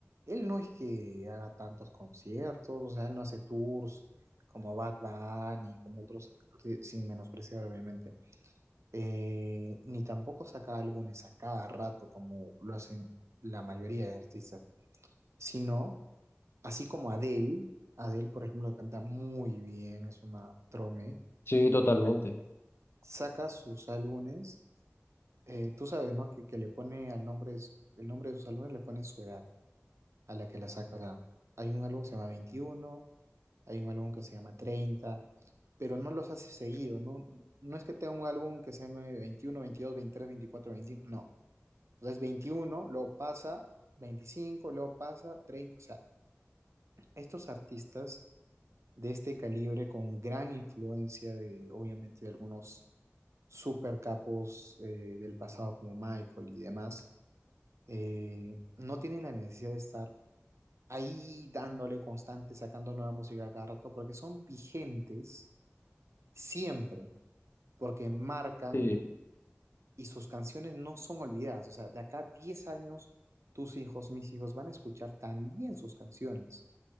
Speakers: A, on the right; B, on the left.
A: él no es que haga tantos conciertos, o sea, él no hace tours como Bad Bunny, como otros, arti- sin menospreciar, obviamente, Eh, ni tampoco saca álbumes a cada rato como lo hacen la mayoría de artistas, sino así como Adele. Adele, por ejemplo, canta muy bien, es una trome
B: Sí, totalmente.
A: saca sus álbumes, eh, tú sabes, ¿no? Que, que le pone al nombre, de su- el nombre de sus álbumes le pone su edad a la que la saca. O sea, hay un álbum que se llama 21, hay un álbum que se llama 30, pero no los hace seguido, no, no es que tenga un álbum que se llame 21, 22, 23, 24, 25, no. O sea, es 21, luego pasa 25, luego pasa 30, o sea, estos artistas de este calibre con gran influencia de, obviamente, de algunos super capos eh, del pasado como Michael y demás, eh, no tienen la necesidad de estar ahí dándole constante, sacando nueva música cada rato, porque son vigentes siempre, porque marcan
B: Sí,
A: y sus canciones no son olvidadas. O sea, de acá a 10 años, tus hijos, mis hijos van a escuchar también sus canciones.